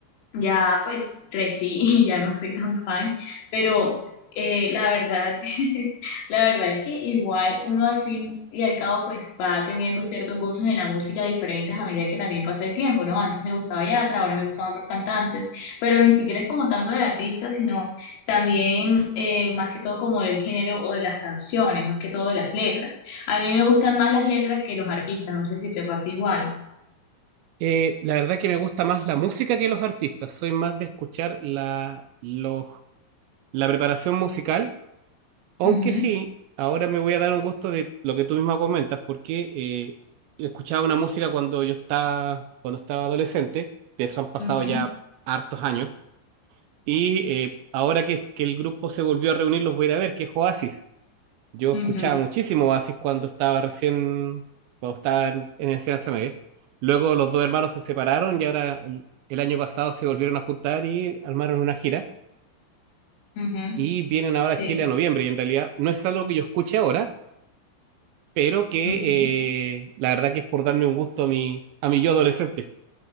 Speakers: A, on the left; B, on the right.
A: ya pues crecí <laughs> y ya no soy tan fan, pero eh, la verdad, <laughs> la verdad es que igual uno al fin y al cabo pues va teniendo ciertos gustos en la música diferentes a medida que también pasa el tiempo, ¿no? Antes me gustaba Yatra, ahora me gustan otros cantantes, pero ni siquiera es como tanto del artista, sino también eh, más que todo como del género o de las canciones, más que todo de las letras. A mí me gustan más las letras que los artistas, no sé si te pasa igual.
B: Eh, la verdad que me gusta más la música que los artistas, soy más de escuchar la, los, la preparación musical Aunque
A: Ujú,
B: sí, ahora me voy a dar un gusto de lo que tú misma comentas, porque eh, escuchaba una música cuando yo estaba, cuando estaba adolescente, de eso han pasado
A: ujú,
B: ya hartos años, y eh, ahora que, que el grupo se volvió a reunir, los voy a ir a ver, que es Oasis. Yo escuchaba
A: ujú,
B: muchísimo Oasis cuando estaba recién, cuando estaba en, en enseñanza media. Luego los dos hermanos se separaron y ahora el, el año pasado se volvieron a juntar y armaron una gira.
A: ujú,
B: Y vienen ahora
A: sí.
B: a Chile a noviembre, y en realidad no es algo que yo escuche ahora pero que
A: ujú.
B: eh, la verdad que es por darme un gusto a mi, a mi yo adolescente.